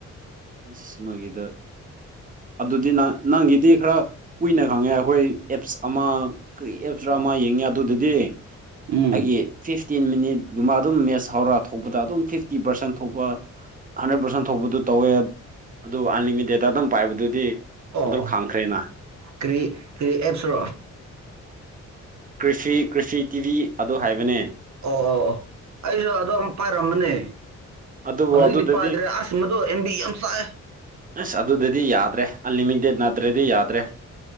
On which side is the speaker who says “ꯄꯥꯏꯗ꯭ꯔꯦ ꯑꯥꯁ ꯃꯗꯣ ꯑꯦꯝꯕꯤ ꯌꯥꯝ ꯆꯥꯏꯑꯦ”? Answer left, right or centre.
Right